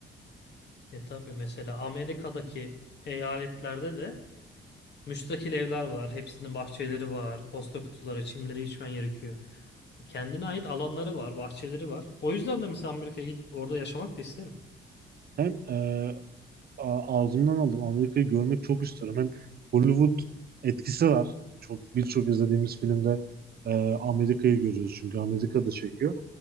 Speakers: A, on the left (about 60°); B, on the right (about 50°).
A: E tabii mesela Amerika'daki eyaletlerde de müstakil evler var. Hepsinin bahçeleri var, posta kutuları, çimleri içmen gerekiyor. Kendine ait alanları var, bahçeleri var. O yüzden de mesela Amerika'ya gidip orada yaşamak da isterim.
B: Hem e, a- ağzımdan aldım. Amerika'yı görmek çok istiyorum. Hem Hollywood etkisi var. Çok birçok izlediğimiz filmde e, Amerika'yı görüyoruz çünkü Amerika'da çekiyor.